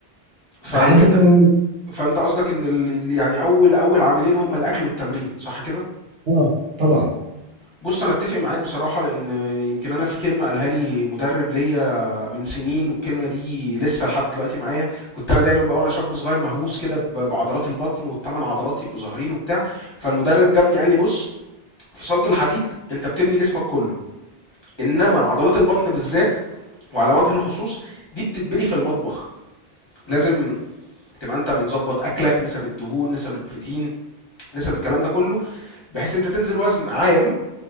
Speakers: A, on the left; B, on the right.
A: فال...
B: فالحاجات دي بتبقى مهمه
A: فانت قصدك ان ال... ال- يعني اول اول عاملين هما الاكل والتمرين صح كده
B: اه طبعا
A: بص انا اتفق معاك بصراحه لان يمكن انا في كلمه قالها لي مدرب ليا من سنين والكلمه دي لسه لحد دلوقتي معايا كنت انا دايما بقى وانا شاب صغير مهووس كده ب- بعضلات البطن والثمان عضلات يبقوا ظاهرين وبتاع فالمدرب جابني قال لي بص في صاله الحديد انت بتبني جسمك كله انما عضلات البطن بالذات وعلى وجه الخصوص دي بتتبني في المطبخ لازم تبقى انت مظبط اكلك نسب الدهون نسب البروتين نسب الكلام ده كله بحيث انت تنزل وزن عام